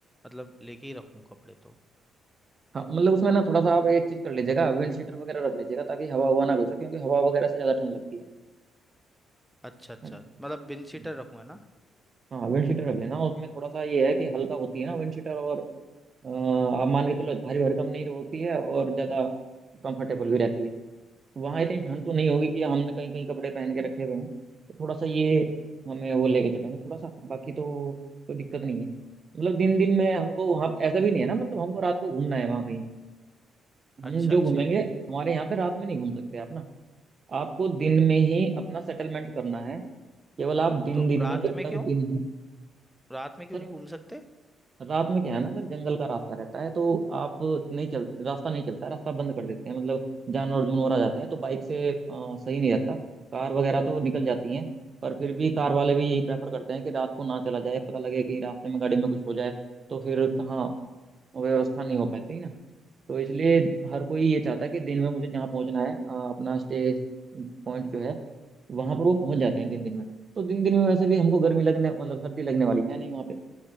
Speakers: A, in the centre; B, on the right (about 40°).
A: मतलब लेके ही रखूँ कपड़े तो
B: हाँ मतलब उसमें ना थोड़ा सा आप एक चीज कर लीजिएगा विंड शीटर वगैरह रख लीजिएगा ताकि हवा हुआ ना घुसे क्योंकि हवा वगैरह से ज्यादा ठंड लगती है
A: अच्छा अच्छा
B: है ना
A: मतलब बिन सीटर
B: हम्म।
A: रखूँ है ना
B: हाँ विंड शीटर रख लेना उसमें थोड़ा सा ये है कि हल्का होती है ना विंड शीटर और अ, आप मान के चलो भारी भरकम नहीं होती है और ज्यादा कंफर्टेबल भी रहती है वहाँ इतनी ठंड तो नहीं होगी कि हमने कहीं कहीं कपड़े पहन के रखे हुए हैं तो थोड़ा सा ये हमें वो लेके चलेंगे थोड़ा सा बाकी तो कोई दिक्कत नहीं है मतलब दिन दिन में हमको वहाँ ऐसा भी नहीं है ना मतलब हमको रात को घूमना है वहाँ कहीं हम
A: अच्छा
B: जो
A: अच्छा
B: घूमेंगे हमारे यहाँ पे रात में नहीं घूम सकते आप ना आपको दिन में ही अपना सेटलमेंट करना है केवल आप दिन
A: तो
B: दिन
A: रात
B: में जब
A: में
B: तक
A: क्यों
B: दिन है
A: रात में क्यों
B: सर
A: नहीं घूम सकते
B: रात में क्या है ना सर जंगल का रास्ता रहता है तो आप नहीं चल रास्ता नहीं चलता है, रास्ता बंद कर देते हैं मतलब जानवर जुनवर आ जाते हैं तो बाइक से अ, सही नहीं रहता कार वगैरह तो निकल जाती हैं पर फिर भी कार वाले भी यही प्रेफर करते हैं कि रात को ना चला जाए पता लगे कहीं रास्ते में गाड़ी में कुछ हो जाए तो फिर कहाँ व्यवस्था नहीं हो पाती ना तो इसलिए हर कोई ये चाहता है कि दिन में मुझे जहाँ पहुँचना है अ, अपना स्टे पॉइंट जो है वहां पर वो पहुंच जाते हैं दिन दिन में तो दिन दिन में वैसे भी हमको गर्मी लगने मतलब सर्दी लगने वाली है नहीं वहां पे